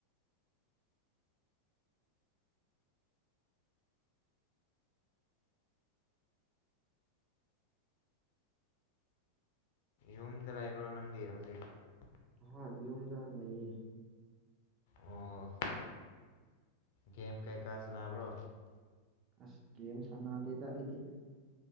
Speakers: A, on the left; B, on the right.
A: ꯌꯨꯝꯗ ꯂꯩꯕ꯭ꯔꯣ ꯅꯪꯗꯤ ꯍꯧꯖꯤꯛ
B: ꯍꯣꯏ ꯌꯨꯝꯗ ꯂꯩꯌꯦ
A: ꯑꯣ ꯒꯦꯝ ꯀꯩꯀꯥ ꯁꯅꯥꯕ꯭ꯔꯣ
B: ꯑꯁ ꯒꯦꯝ ꯁꯟꯅꯥꯗꯦꯗ ꯑꯩꯗꯤ